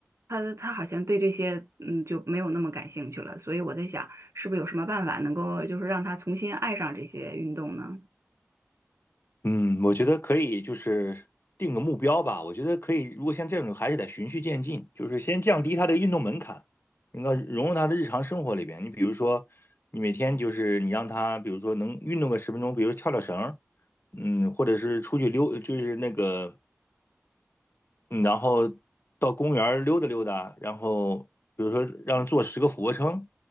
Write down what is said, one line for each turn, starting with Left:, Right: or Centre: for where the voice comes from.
Right: 他他好像对这些嗯就没有那么感兴趣了。所以我在想，是不是有什么办法能够就是让他重新爱上这些运动呢？
Left: 嗯，我觉得可以，就是定个目标吧。我觉得可以，如果像这种，还是得循序渐进，就是先降低他的运动门槛，那个融入他的日常生活里边。你比如说，你每天就是你让他，比如说能运动个十分钟，比如跳跳绳儿，嗯，或者是出去溜，就是那个嗯，然后到公园儿溜达溜达，然后比如说让他做十个俯卧撑，